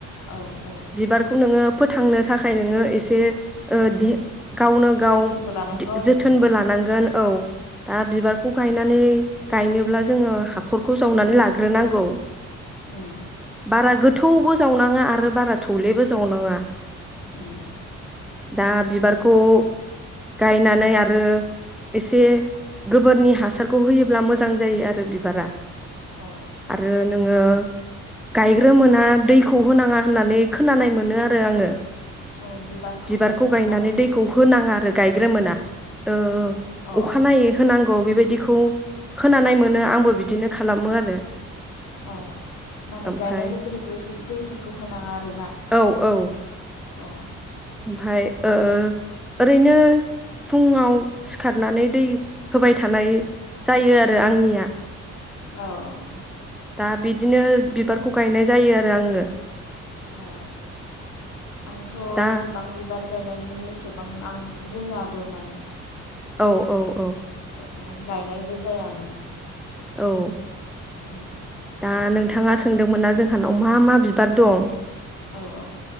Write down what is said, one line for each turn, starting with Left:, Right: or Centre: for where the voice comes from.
Left: औ औ
Centre: बिबारखौ नोङो फोथांनो थाखाय नोङो एसे ओ दे गावनो गाव
Left: जोथोनबो लानांगौ
Centre: दो
Left: आरो
Centre: जोथोनबो लानांगोन। ओ दा बिबारखौ गायनानै गायनोब्ला जोङो हाखरखौ जावनानै लाग्रोनांगौ।
Left: <unintelligible>
Centre: बारा गोथौबो जावनाङा आरो बारा थौलेबो जावनाङा।
Left: <unintelligible>
Centre: दा बिबारखौ गायनानै
Left: उम
Centre: आरो। एसे गोबोरनि हासारखौ होयोब्ला मोजां जायो आरो बिबारा।
Left: औ
Centre: आरो नोङो गायग्रोमोना दैखौ होनाङा होननानै खोनानाय मोनो आरो आङो।
Left: औ
Centre: बिबारखौ
Left: गायग्रोमोना
Centre: गायनानै
Left: माने
Centre: दैखौ होनाङा आरो। गायग्रोमोना ओ-ओ
Left: अ अ
Centre: अखानायै
Left: अ
Centre: होनांगौ अ बेबायदिखौ खोनानाय मोनो आंबो बिदिनो खालामो आरो।
Left: अ माने
Centre: ओमफाय
Left: गायनाय लोगो लोगो हो दैफोरखौ होनाङा आरोना?
Centre: औ औ
Left: औ
Centre: ओमफाय ओ ओरैनो फुंङाव सिखारनानै दै होबाय थानाय जायो आरो आंनिया।
Left: औ -औ
Centre: दा बिदिनो बिबारखौ गायनाय जायो आरो आङो।
Left: औ- औ आंथ'
Centre: दा
Left: एसेबां बिबार गायनायनि एसेबां आं रोङाबो माने
Centre: औ औ- औ
Left: एसेबां गायनायबो जायामोन।
Centre: औ
Left: <unintelligible>
Centre: दा नोंथाङा
Left: बेखाय
Centre: सोंदोंमोनना
Left: औ
Centre: जोंहानाव मा मा बिब बार दं
Left: औ -औ